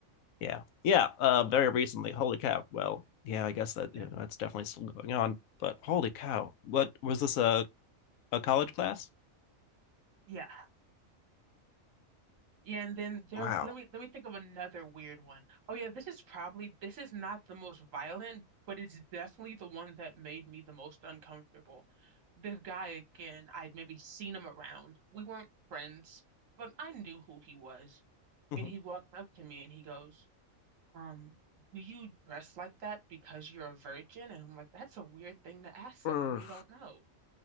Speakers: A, on the left; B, on the right.
A: Yeah. Yeah. Uh, very recently. Holy cow. Well, yeah, I guess that,
B: Yeah.
A: you know, that's definitely still going on. But holy cow. What was this a, a college class?
B: Yeah. Yeah, and then there,
A: Wow.
B: let me let me think of another weird one. Oh yeah, this is probably this is not the most violent, but it's definitely the one that made me the most uncomfortable. This guy again, I'd maybe seen him around. We weren't friends, but I knew who he was.
A: Mhm.
B: And he walked up to me and he goes, um, do you dress like that because you're a virgin? And I'm like, that's a weird thing to ask someone
A: Ugh,
B: you don't know.